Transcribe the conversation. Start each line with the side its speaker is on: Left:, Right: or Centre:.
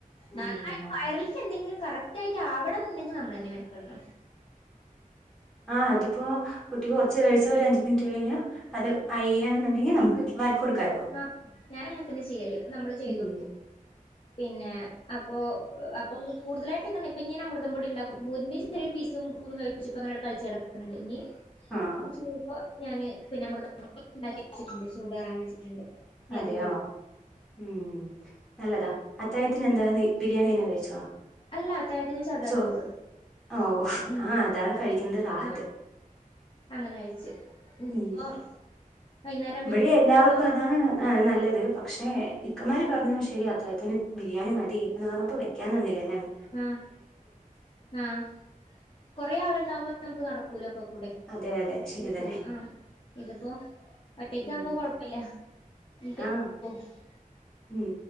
Centre: ഉം
Left: നന്നായിട്ട്
Centre: ഉം
Left: വയറിൽക്ക് എന്തെങ്കിലും കറക്റ്റ് ആയിട്ട് ആവണം എന്നുണ്ടെങ്കിൽ നമ്മളന്നെ മെനക്കെടണം
Centre: ആഹ് അതിപ്പോ കുട്ടി കൊറച്ച് കഴിച്ച ഒരാഞ്ചു മിനിറ്റ് കഴിഞ്ഞ അത് അയ്യാണെന്നുണ്ടെങ്കി നമുക്ക് വാരി കൊടുക്കാലോ
Left: ആഹ് ഞാൻ അങ്ങനെ തന്നെ ചെയ്യല് നമ്മള് ചെയ്ത്
Centre: ഉം
Left: കൊടുക്കും പിന്നെ അപ്പോ അപ്പോ കൂടുതലായിട്ട് ഇങ്ങനെ ഇപ്പോ അമൃതം പൊടി ണ്ടാക്കും ബൂരി നെ ചെറിയൊരു പീസും <unintelligible> അങ്ങനെ കഴിച്ചടക്കണ്ട് ഇനി
Centre: ആഹ്
Left: <unintelligible> ഞാന് പിന്നെ അമൃതം പൊടി ഇണ്ടാക്കി വെച്ചിട്ടുണ്ട് ചൂടാറാന് വെച്ചിട്ടുണ്ട് ഇനി
Centre: അതെയോ
Left: അത് കൊടുക്കും
Centre: ഉം നല്ലതാ അത്തായത്തിന് എന്താ ബിരിയാണി തന്നെ കഴിച്ചോ
Left: അല്ല അത്താഴത്തിന് സാദാ
Centre: ചോ
Left: ചോറ്
Centre: ഓഹ്
Left: ഉം
Centre: ആഹ് അതാണ് കഴിക്കണ്ടാ റാഹത്ത്
Left: ആ അങ്ങനെ കഴിച്ച്
Centre: ഉം
Left: ഇപ്പൊ വൈകുന്നേരം
Centre: ഇവടെ
Left: ആകുമ്പഴേക്കും
Centre: എല്ലാവർക്കും അതാണ് ഏഹ് നല്ലത് പക്ഷേ ഇക്കമാര് പറഞ്ഞു ശെരി അത്താഴത്തിന് ബിരിയാണി മതി എന്ന് പറഞ്ഞപ്പോ വെ ക്കാനിന്നില്ല ഞാന്
Left: ആഹ് ആഹ് കൊറേ ആളുണ്ടമ്പോ നമുക്ക് നടക്കൂലൊക്കക്കുടെ
Centre: അതെ അതെ ശരി
Left: എത്തൂല
Centre: തന്നെ
Left: ആഹ് ഇതിപ്പോ ഒറ്റക്ക്
Centre: ഉം
Left: ആകുമ്പോ കൊഴപ്പില്ല <unintelligible>
Centre: ആഹ് ഉം